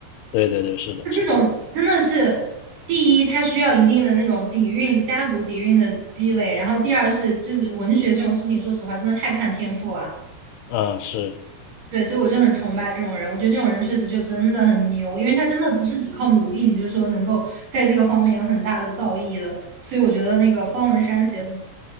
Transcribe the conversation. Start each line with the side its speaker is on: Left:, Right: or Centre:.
Left: 对对对，是的，是的，
Right: 这种真的是第一，它需要一定的那种底蕴、家族底蕴的积累，然后第二是就是文学这种事情，说实话真的太看天赋了。
Left: 嗯，是，
Right: 对，所以我就很崇拜这种人，我觉得这种人确实就真的很牛，因为他真的不是只靠努力，你就是说能够在这个方面有很大的造诣的。所以我觉得那个方文山写的